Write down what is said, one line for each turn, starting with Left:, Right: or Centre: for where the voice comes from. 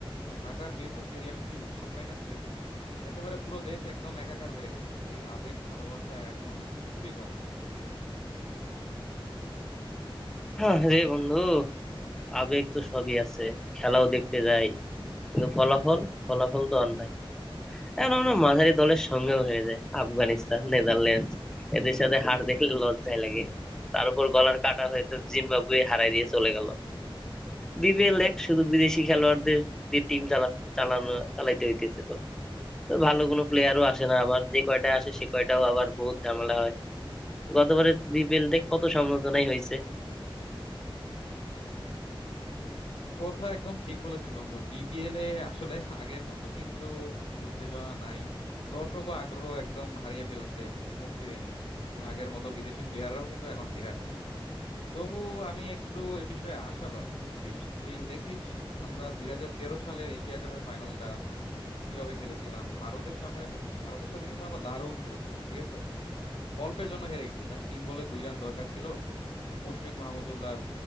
Left: ঢাকার মিরপুর স্টেডিয়ামে কি উৎসবটাই না ছিল একেবারে পুরো দেশ একদম একাকার হয়ে গেছিল এই আবেগ ভালোবাসা এখন খুবই কম আসলে
Centre: হ্যাঁ রে বন্ধু আবেগ তো সবই আছে খেলাও দেখতে যাই কিন্তু ফলাফল ফলাফল তো আর নাই এখন আমরা মাঝারি দলের সঙ্গেও হেরে যায় আফগানিস্তান নেদারল্যান্ডস এদের সাথে হার দেখলে লজ্জায় লাগে তার উপর গলার কাটা হয়ে তো জিম্বাবুয়ে হারাই দিয়ে চলে গেল বিপিএল এক শুধু বিদেশি খেলোয়াড়দের দিয়ে টিম চালা চালানো চালাইতে হইতেছে তো তো ভালো কোনো প্লেয়ারও আসে না আবার যে কয়টা আসে সে কয়টাও আবার বহুত ঝামেলা হয় গতবারের বিপিএল দেখ কত সমালোচনাই হয়েছে
Left: কথা একদম ঠিক বলেছিস বন্ধু বিপিএল এ আসলে আগের মতো কিন্তু উত্তেজনা নাই দর্শক ও আগ্রহ একদম হারিয়ে ফেলছে মুখ ফিরিয়ে নিয়েছে সেই আগের মতো বিদেশি প্লেয়াররাও কিন্তু এখন ভিড়ে না তবু আমি একটু এ বিষয়ে আশাবাদী বুঝছিস তুই দেখিস আমরা দুই হাজার তেরো সালের এশিয়া কাপের ফাইনালটা কিভাবে খেলেছিলাম ভারতের সামনে ভারতের সাথে কিন্তু আমরা দারুণ খেলেছিলাম ঠিক আছে অল্পের জন্য হেরে গেছি জাস্ট তিন বলে দুই রান দরকার ছিল মুশফিক মাহমুদুল্লাহর